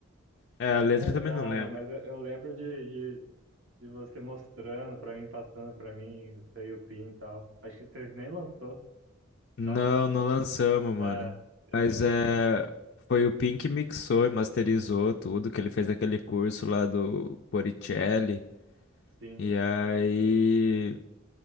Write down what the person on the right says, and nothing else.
Vou lembrar,
mano, mas eu, eu lembro de, de, de você mostrando pra mim, passando pra mim, o seu e o Pin e tal. Acho que vocês nem lançou.
Não, né?
É, eu
lembro
umas músicas,
sim,